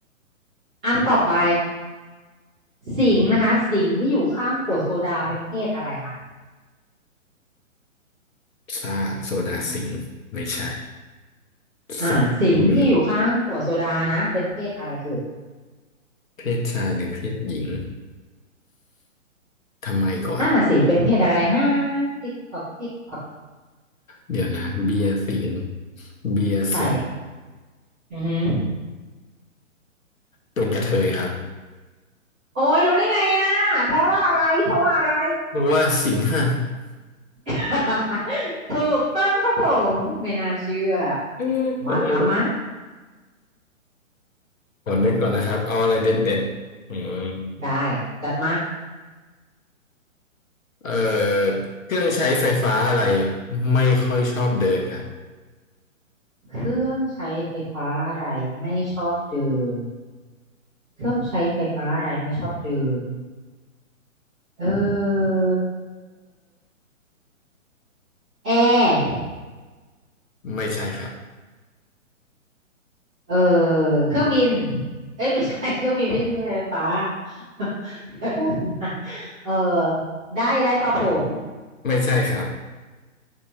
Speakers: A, in the centre; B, on the left.
A: อันต่อไปสิงห์นะคะสิงห์ที่อยู่ข้างขวดโซดาเป็นเพศอะไรคะ
B: ซ่าติโซดาสิงห์ไม่ใช่
A: อ่าสิงห์ที่อยู่ข้างขวดโซดานะเป็นเพศอะไรเอ่ย
B: สิงห์ที่อยู่เพศชายหรือเพศหญิงทำไมก่อน
A: นั่นน่ะสิเป็นเพศอะไรนะติ๊กตอกติ๊กตอก
B: เดี๋ยวนะเบียร์สิงห์เบียร์สิงห์
A: ใช่อือหือ
B: เป็นกระเทยครับ
A: โอ้ยรู้ได้ไงอ่ะเพราะว่าอะไรเพราะว่าอะไร
B: เพราะว่าสิงห์ฮะ
A: <laughs> ถูกต้องครับผมไม่น่าเชื่อ
B: อืมขอน
A: มาถามมา
B: ึกก่อนนะครับเอาอะไรเด็ดๆอืม
A: ได้จัดมา
B: เอ่อเครื่องใช้ไฟฟ้าอะไรไม่ค่อยชอบเดินครับ
A: เครื่องใช้ไฟฟ้าอะไรไม่ชอบเดิน เครื่องใช้ไฟฟ้าอะไรไม่ชอบเดินเออแอร์
B: ไม่ใช่ครับ
A: เออเครื่องบินเอ้ยไม่ใช่ <laughs> เครื่องบินไม่ใช่เครื่องใช้ไฟฟ้า <laughs> เดี๋ยวแป๊บนึงนะเออได้ได้ป่ะผม
B: ไม่ใช่ครับ